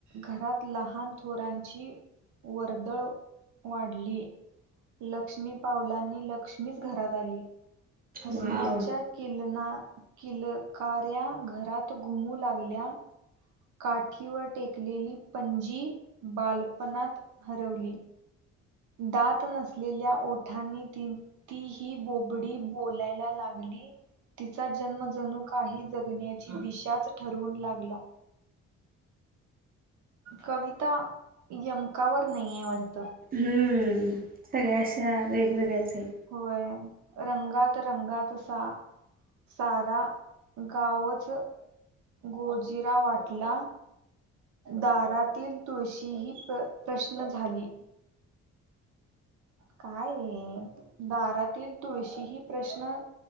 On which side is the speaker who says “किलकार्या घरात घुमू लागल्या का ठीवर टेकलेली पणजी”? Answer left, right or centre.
Right